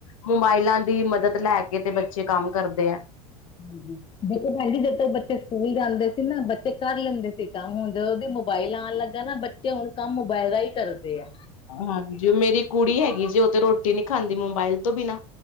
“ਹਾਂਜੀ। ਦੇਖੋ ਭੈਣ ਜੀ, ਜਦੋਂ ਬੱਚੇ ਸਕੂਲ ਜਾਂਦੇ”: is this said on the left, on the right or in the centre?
Left